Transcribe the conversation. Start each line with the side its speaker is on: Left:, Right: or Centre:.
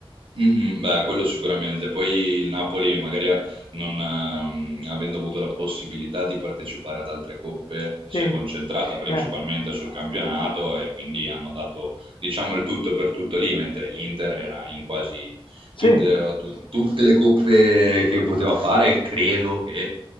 Right: Mm, mm, beh, quello sicuramente. Poi il Napoli, magari a- non, ehm, avendo avuto la possibilità di partecipare ad altre coppe, si
Left: Sì,
Right: è concentrata principalmente
Left: beh,
Right: sul campionato e quindi hanno dato, diciamo, il tutto per tutto lì, mentre l'Inter era in quasi
Left: sì,
Right: tutte, eh, tu- tutte le coppe che poteva fare. Credo che